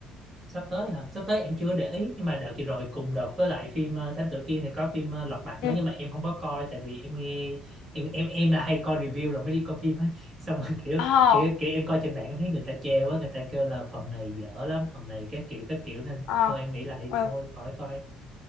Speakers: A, on the right; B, on the left.
A: sắp tới hả sắp tới em chưa để ý nhưng mà đợt vừa rồi cùng đợt với lại phim ờ, Thám Tử Kiên thì có phim ờ, Lật Mặt
B: Ừ.
A: nữa nhưng mà em không có coi tại vì em nghe em em em là hay coi review rồi mới đi coi phim á <laughs> xong rồi kiểu
B: À,
A: kiểu kiểu em coi trên mạng em thấy người ta chê quá người ta kêu là phần này dở lắm phần này các kiểu các kiểu nên
B: à,
A: thôi em nghĩ lại
B: ờ. Ờ.
A: thôi khỏi coi